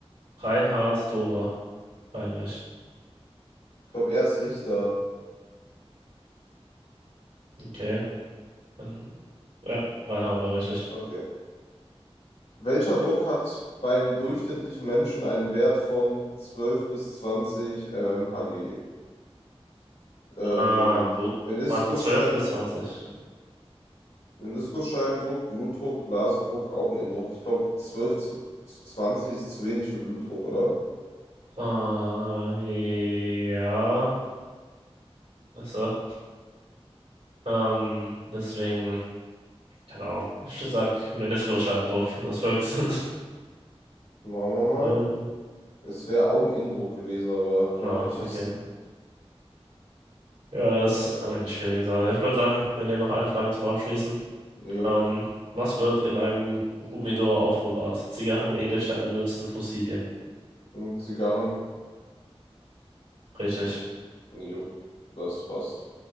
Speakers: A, on the right (about 85°); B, on the left (about 80°).
A: Reinhard, Dora, Heinrich.
B: Ich glaube, er ist Richter.
A: Okay. Dann, ja, Reinhard war richtig.
B: Okay. Welcher Druck hat beim durchschnittlichen Menschen einen Wert von 12 bis 20 mmHg? Ähm,
A: Äh, Blut.
B: Meniskusscheibendruck,
A: Warte, zwölf bis zwanzig
B: Meniskusscheibendruck, Blutdruck, Blasendruck, Augeninnendruck. Ich glaube, 12 zu, zu 20 ist zu wenig für Blutdruck, oder?
A: Äh, ja. Achso. Ähm, deswegen, keine Ahnung. Ich sag Meniskusscheibendruck. Das wirkt. <laughs>
B: Machen wir mal.
A: Ähm,
B: Es wäre Augeninnendruck gewesen, aber
A: ja,
B: kann man nicht
A: okay.
B: <laughs> wissen.
A: Ja,
B: Ja.
A: das ist irgendwie eine schwierige Sache. Ich würde sagen, wir nehmen noch eine Frage zum Abschließen.
B: Jo.
A: Ähm, was wird in einem Humidor aufbewahrt? Zigarren, Edelsteine, Münzen, Fossilien.
B: Und Zigarren?
A: Richtig.
B: Jo. Das passt.